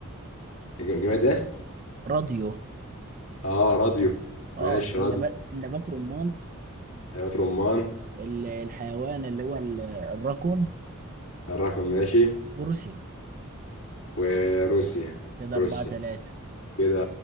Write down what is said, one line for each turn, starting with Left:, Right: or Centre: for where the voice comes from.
Left: ج- جماد ايه؟
Right: راديو
Left: اه راديو
Right: اه
Left: ماشي
Right: النبات
Left: راديو
Right: النبات رمان
Left: حلويات رمان
Right: ال- الحيوان اللي هو ال- الراكون
Left: الرقم ماشي
Right: بروسيا
Left: وروسيا
Right: كده
Left: روسيا
Right: أربعة تلاتة
Left: كده